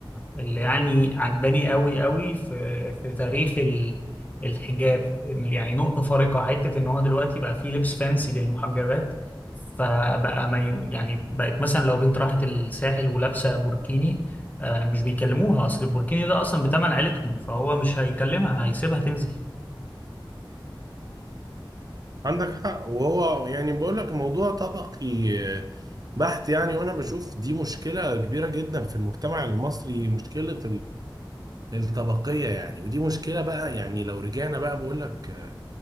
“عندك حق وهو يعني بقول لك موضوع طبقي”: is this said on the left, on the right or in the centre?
Right